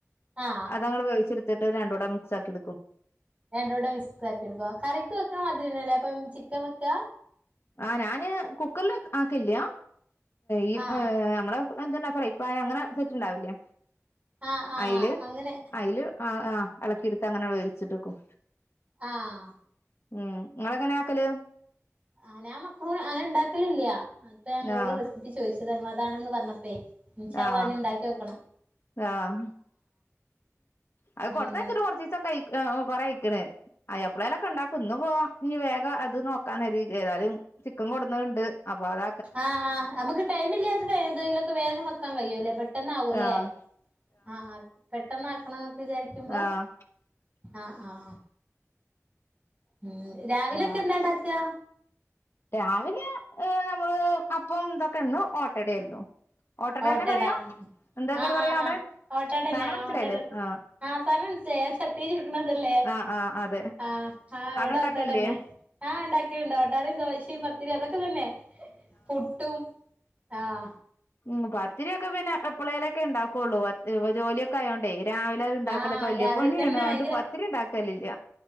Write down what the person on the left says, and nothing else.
അതങ്ങ്ട് വേവിച്ചെടുത്തിട്ട് രണ്ടൂടെ മിക്സാക്കിടുക്കും-
ആ ഞാന് കുക്കറിൽ ആക്കില്ല ഈ
നമ്മള എന്ത്ണ്ടാ പറ ഫ്രെപാന അങ്ങനെ സെറ്റ് ഉണ്ടാവില്ലേ
അതില്
അതില് ആഹ് ആഹ് ഇളക്കിെടുത്ത് അങ്ങനെ വേവിച്ചിട്ടിക്കും
ഉം നിങ്ങെളങ്ങാ നെ ആക്കല്
ആഹ്
ആഹ്
ആഹ് അത്
കൊടുന്നയച്ചിട്ട കൊറചീസൊക്കെ കൊറെ കഴിക്കണ് അ എ പ്പളെലൊക്കെ ഉണ്ടാക്കും ഇന്ന് പോ ഇനി വേഗം അത് നോക്കാന്ന്‌ കരുതി ഏതായാലും ചിക്കൻ കൊടുന്നത് ണ്ട് അപ്പൊ അത
ആഹ്
ആഹ്
ആഹ്
രാവിലെ നമ്മള് അപ്പം ഇതൊക്കെ ഇന്ന് ഓട്ടടായിരുന്നു ഓട്ടട്ട
തന്നെ പറയാ എന്താങ്കൾ
പറയാ
അവിടെ
സാധനം മനസ്സിലായില്ലേ
ആഹ്
ആഹ് ആഹ് അതെ
അവടെ ഇണ്ടാക്കലില്ലേ
ഉ പത്തിരിക്കെ പിന്നെ എപ്പളേലൊക്കെ ഉണ്ടാക്കുള്ളൂ ജോലിയൊക്കെ യോണ്ടേ രാവിലെ അത് ഉണ്ടാക്കലൊക്കെ
വലയ
പണിയാണ്
അ തുകൊണ്ട്
പത്തിരി ഉണ്ടാക്കലില്ല